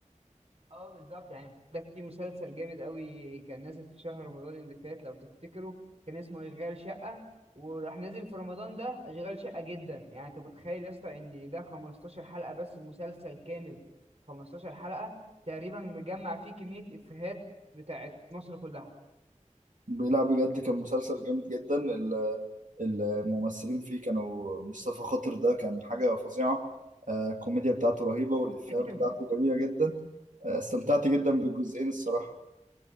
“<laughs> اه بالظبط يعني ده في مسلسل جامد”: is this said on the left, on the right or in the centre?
Right